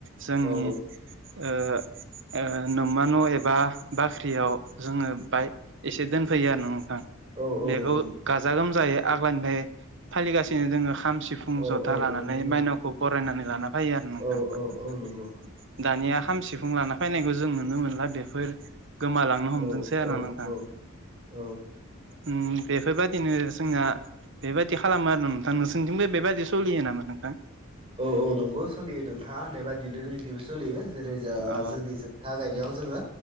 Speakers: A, on the right (about 55°); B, on the right (about 25°).
A: जोंनि।
B: औ
A: ओ ओ नमा न' एबा बाख्रियाव जोङो बाय एसे दोनफैयो आरो ना नोंथां
B: औ औ
A: बेखौ
B: नंगौ नोंथां
A: गाजा गोमजायै। आग्लानिफ्राय फालिगासिनो जोङो खाम सिफुं
B: औ
A: जथा
B: औ
A: लानानै
B: नंगौ
A: माइनाव। खौ बरायनानै लाना फैयो आरो नोंथां।
B: औ औ नंगौ
A: दानिया खाम सिफुं लाना फैनायखौ जों नुनो मोनला बेफोर गोमालांनो
B: औ
A: हमदोंसै
B: औ
A: आरो नोंथां।
B: औ।
A: उम बेफोरबादिनो जोंनिया। बेबायदि खालामो आरो नोंथां नोंसोरनिथिंबो बेबायदि सोलियो नामा नोंथां।
B: औ औ नंगौ सोलियो नोंथाङा होनना दिनोदिनो जोंनिथिंबो सोलियो जेरै जा
A: अ
B: जोंनि। था गायनायाव जोङो